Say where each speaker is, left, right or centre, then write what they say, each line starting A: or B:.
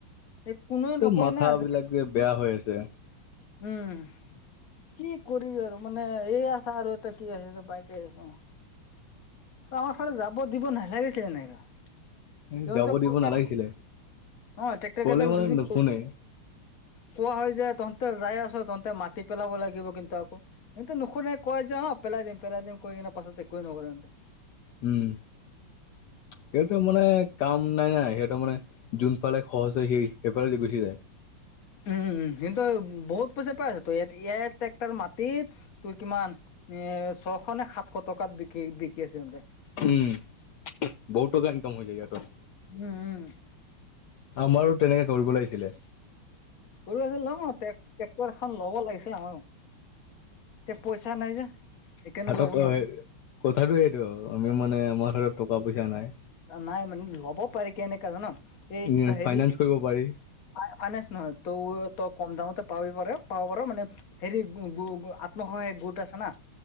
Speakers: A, on the left; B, on the left.
A: এই কোনো
B: ত
A: নকয়
B: মাথাবিলাক
A: ন' আজি
B: যে বেয়া হৈ আছে।
A: উমহ। কি কৰিবি আৰু মানে এইয়া চা আৰু এটা কি আহি আছে বাইক আহি আছে অহ। আমাৰ ফালে যাব দিব নালাগিছিলে এনেকা।
B: এ
A: সিহঁতক
B: যাব
A: কৈ
B: দিব
A: দিয়া।
B: নালাগিছিলে
A: অ টেক্টৰ
B: ক'লে
A: কেইটাক
B: মানে
A: যদি
B: নুশুনে
A: ক কোৱা হয় যে তহঁতে যাই আছ তহঁতে মাতি পেলাব লাগিব কিন্তু আকৌ। সিহঁতে নুশুনে কয় যে অহ পেলাই দিম পেলাই দিম কৈ কিনে পাছত একোৱে নকৰে ইহঁতে।
B: উম। সিহঁতৰ মানে কাম নাই না সিহঁতৰ মানে যোনফালে সহজ হৈ সেই সেইফালে দি গুচি যায়।
A: উম, সিহঁতৰ বহুত পইছা পাই আছে তো এয়া এয়াত ট্ৰেক্টাৰ মাটিত। তোৰ কিমান এ ছশ নে সাতশ টকাত বিকি বিক বিকি আছে সিহঁতে।
B: উম। বহুত টকা ইনকাম হৈ যায় সিহঁতৰ।
A: উম উম
B: আমাৰো তেনেকে কৰিব লাগিছিলে।
A: কৰিব লাগিছিল অ। ট্ৰেক্ট ট্ৰেক্টৰ এখন ল'ব লাগিছিল আমাৰো, তে পইছা নাই যে। সেইকাৰণে
B: হাতত
A: ল'ব নোৱাৰো
B: অ হে, কথাটো এইটো আমি মানে আমাৰ হাতত টকা পইছা নাই।
A: নাই মানে ল'ব পাৰি কেনেকা জান এই
B: উম,
A: কিবা হেৰী
B: ফাইনেন্স কৰিব পাৰি।
A: ফা ফাইনেন্স নহয় ত' তই কম দামতে পাবি পাৰ পাব পাৰ মানে হেৰী গো গো গো আত্মসহায়ক গোট আছে না।